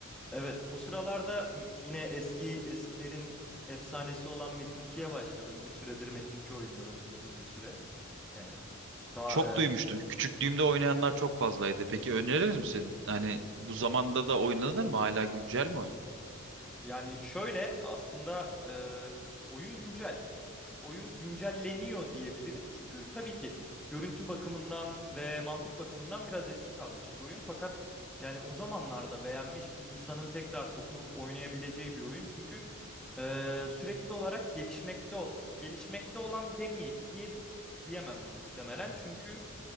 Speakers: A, in the centre; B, on the right (about 60°).
A: evet, bu sıralarda yine eski eskilerin efsanesi olan Metin 2'ye başladım. Bir süredir Metin 2 oynuyorum uzun bir süre. Yani daha
B: Çok duymuştum. Küçüklüğümde oynayanlar çok fazlaydı. Peki önerir misin? Hani bu zamanda da oynanır mı? Hala güncel mi oyun?
A: Yani şöyle aslında e, oyun güncel e, oyun güncelleniyor diyebilirim. Çünkü tabii ki görüntü bakımından ve mantık bakımından biraz eski kalmış bir oyun. Fakat yani o zamanlarda beğenmiş bir insanın tekrar oturup oynayabileceği bir oyun. Çünkü e, sürekli olarak gelişmekte ol- gelişmekte olan demi diye diyemem muhtemelen. Çünkü